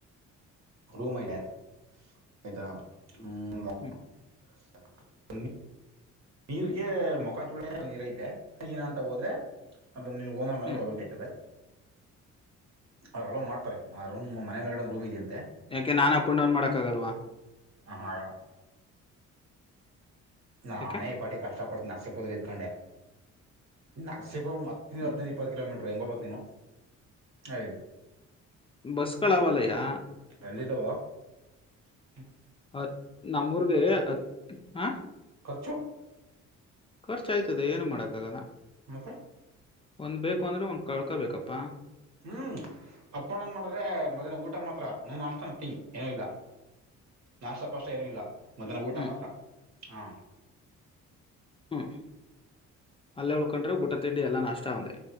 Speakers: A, on the right; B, on the left.
A: ರೂಮ್ ಐತೆ ಆಯ್ತಾ ಹ್ಮ.
B: ಹ್ಮ್
A: <inaudible> ನೀರಿಗೆ
B: ಹ್ಮ್
A: ಮುಖ ತೊಳೆಯೋಕೆ ನೀರ್ ಐತೆ <unintelligible> ಅಂತ ಹೋದ್ರೆ. ಅದು ನಿನ್ ಓನರ್ ಮನೆಗೆ
B: ಹ್ಮ್
A: ಹೋಗಬೇಕಾಗ್ತದೆ. ಅವ್ರು ಅಲೋ ಮಾಡ್ತಾರೆ ಆ ರೂಮ್ ಮನೆಯ ಒಳಗಡೆ ರೂಮ್ ಇದ ಅಂ
B: ಯಾಕೆ ನಾನ್ ಅಪ್ ಅಂಡ್ ಡೌನ್ ಮಾಡಕ್ ಆಗಲ್ವಾ.
A: ಹಾ ಆಗಲ್ಲ. ನಾನೇ
B: ಯಾಕೆ
A: ಈ ಪಾಟ್ಟಿಗೆ ಕಷ್ಟಪಡ್ತಿನಿ ನರಸಿಪುರ ದಲ್ಲಿ ಇದ್ಕೊಂಡೆ ನರ್ಸಿ <unintelligible> ಮತ್ತ
B: ಹ್ಮ್
A: ಹದ್ನೈದು ಇಪ್ಪತ್ತು ಕಿಲೋಮೀಟ್ರು ಹೆಂಗ್ ಹೊಗ್ಬೇಕ್ ನೀನು ಅಯ್.
B: ಬಸ್ಗಳ್ ಅವ್ವಲಯ್ಯ.
A: ಣಲ್ಲಿ ತ ಭಾವ <unintelligible>
B: <unintelligible> ಹತ್ ನಮ್ಮೂರ್ಗೆ ಹತ್ ಹ
A: ರ್ಚು <unintelligible>
B: ಖರ್ಚ ಆಯ್ತದೆ ಏನು ಮಾಡಕ್ಕಾಗಲ್ಲ.
A: ಮತ್ತೆ
B: ಒಂದ್ ಬೇಕು ಅಂದ್ರೆ ಒಂದ್ ಕಳ್ಕೊ ಬೇಕಪ್ಪಾ.
A: ಹ್ಮ್ ಅಪ್ಪಣನ್ ಮಾಡಿದ್ರೆ ಮಧ್ಯಾನ ಊಟ ಮಾತ್ರ ನಂದ <unintelligible> ನಾಷ್ಟ ಟೀ ಏನು ಇಲ್ಲ. ನಾಶಪಾಷ್ಟ ಏನು ಇಲ್ಲ ಮಧ್ಯಾಹನ ಊಟ
B: ಹ್ಮ್
A: ಮಾತ್ರ ಹು.
B: ಹ್ಮ್ ಅಲ್ಲೇ ಉಳ್ಕೊಂಡ್ರೆ ಬುಟ್ಟ ತಿಂಡಿ ಎಲ್ಲಾ ನಾಷ್ಟ ಒಂದೆ